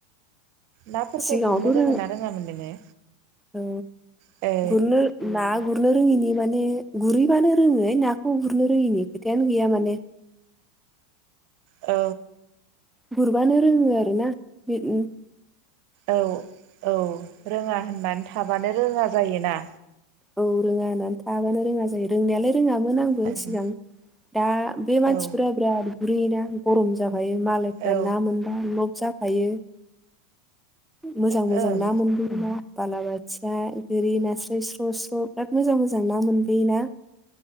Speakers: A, on the right; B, in the centre.
A: नाफोरखो
B: सिगाङावथ'
A: गुरनो रोङो
B: रों
A: ना रोङामोन नोङो?
B: औ
A: ए
B: गुरनो ना गुरनो रोङिनि माने गुरैबानो रोङोहाय नाखौ गुरनो रोङिनि खोथायानो गैया माने
A: औ।
B: गुरबानो रोङो आरो ना बिदिन
A: औ औ रोङा होननानै थाबानो रोङा जायोना।
B: औ रोङा होननानै थाबानो रोङा जायो रोंनायालाय रोङामोन आंबो
A: ओं
B: सिगां दा बे मानसिफोरा
A: औ
B: बिराद गुरैयोना गरम जाब हायो मालायफ्रा
A: औ
B: ना मोनबा लब जाफायो। मोजां मोजां
A: ओं
B: ना मोनबोयोना बालाबाथिया गोरि नास्राय स्र स्र' बिराद मोजां मोजां ना मोनबोयोना